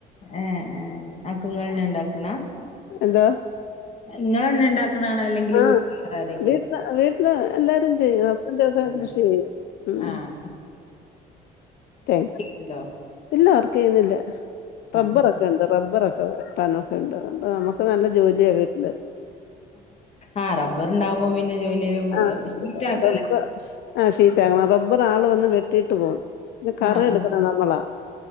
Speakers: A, on the left; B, on the left.
A: ഏഹ് ഏഹ് അതൊക്ക ഇങ്ങളന്നെ ഇണ്ടാക്ക്ണ.
B: എന്തോ
A: ഇങ്ങളന്നെ ഇണ്ടാക്ക്ണാണോ അല്ലെങ്കില്
B: ആ
A: വീട്ട്ല് വേറെ ആരെങ്കിലും
B: വീട്ടില് വീട്ടില് എല്ലാരും ചെയ്യും ആ ഇതൊക്കെ
A: അല്ല
B: കൃഷി ചെയ്യും ഉം
A: ആഹ്
B: ട്ടേയ്
A: ഇണ്ടോ
B: ഇല്ല വർക്ക് ചെയ്യുന്നില്ല റബ്ബറോക്കെണ്ട്
A: ആഹ്
B: റബ്ബറക് വെട്ടാനോക്കെണ്ട് അപ്പൊ അമ്മക്ക് നല്ല ജോലിയാ കിട്ട്
A: ആഹ് റബ്ബർ ഉണ്ടാവുമ്പോ പിന്നെ ജോലില്
B: ആ ആ,
A: ഷീറ്റ് ആക്കലാ.
B: റബ്ബർ ആഹ് ഷീറ്റാക്കണം റബ്ബർ ആൾ വന്ന് വെട്ടിറ്റ് പോവും പിന്നെ കറ
A: ആഹ്
B: എട്ക്കുന്നെ
A: ആഹ്
B: ന്നമ്മളാ.